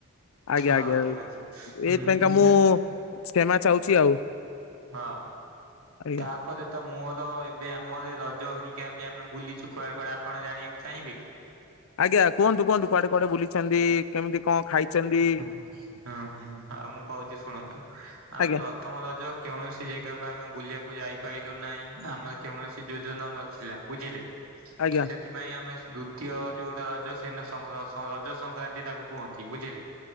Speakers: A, on the left; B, on the right.
A: ଆଜ୍ଞା
B: ହଉ
A: ଆଜ୍ଞା
B: ଠିକ ଅଛି
A: ଏଇଥିପାଇଁକା
B: ଉଁ
A: ମୁଁ ସେ୍ଷମା ଚାହୁଛି ଆଉ।
B: ହଁ
A: ଆଜ୍ଞା
B: ତା ଏପରେ ତ ମୁୋର ଏବେ ଆମର ରଜ ହେରିକା ବି ଆମେ ବୁଲିଛୁ କୁଆ କଡ଼େ ଆପଣ ଜାଣିବାକୁ ଚାହିଁବେ କି?
A: ଆଜ୍ଞା କୁହନ୍ତୁ କୁହନ୍ତୁ କୁଆଡ଼େ କୁଆଡ଼େ ବୁଲିଛନ୍ତି। କେମିତି କଣ ଖାଇଛନ୍ତି
B: ହୁଁ ହଁ ଆଉ ମୁଁ କହୁଛି ଶୁଣନ୍ତୁ ଆମେ
A: ଆଜ୍ଞା
B: ପ୍ରଥମ ରଜ କୌଣସି ଜାଗାକୁ ଆମେ ବୁଲିଆକୁ ଯାଇପାରିଲୁ ନାହିଁ ଆମର କୌଣସି ଯୋଜନା ନଥିଲା ବୁଝିଲେ।
A: ଆଜ୍ଞା।
B: ସେଥିପାଇଁ ଆମେ ଦ୍ଵିତୀୟ ଯୋଉଟା ରଜ ସେନ ରଜ ସଂକ୍ରାନ୍ତି ତାକୁ କୁହନ୍ତି ବୁଝିଲେ।